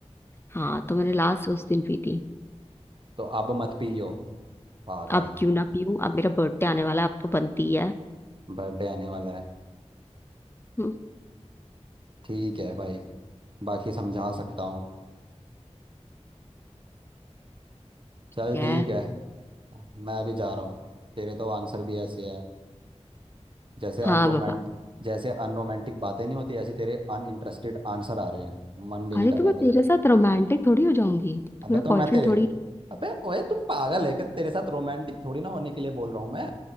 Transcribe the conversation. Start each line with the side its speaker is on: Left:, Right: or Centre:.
Left: हाँ तो मैंने लास्ट उस दिन पी थी
Right: तो अब मत पियो पागल
Left: अब क्यों ना पीऊं अब मेरा बर्थडे आने वाला है अब तो बनती है
Right: बर्थडे आने वाला है
Left: हम्म,
Right: ठीक है भाई बाकी समझा सकता हूँ चल
Left: क्या
Right: ठीक
Left: है?
Right: है मैं भी जा रहा हूँ तेरे तो आंसर भी ऐसे है जैसे अनरोमांट
Left: हाँ बाबा
Right: जैसे अनरोमांटिक बातें नहीं होती ऐसे तेरे अनइंटरेस्टेड आंसर आ रहे हैं मन भी नहीं
Left: अरे
Right: कर
Left: तो
Right: रहा
Left: मैं तेरे
Right: था
Left: साथ रोमांटिक थोड़ी हो जाऊंगी तू
Right: अबे
Left: मेरा
Right: तो
Left: बॉयफ्रेंड
Right: मैं तेरे
Left: थोड़ी है।
Right: अबे ओए तू पागल है क्या तेरे साथ रोमांटिक थोड़ी ना होने के लिए बोल रहा हूँ मैं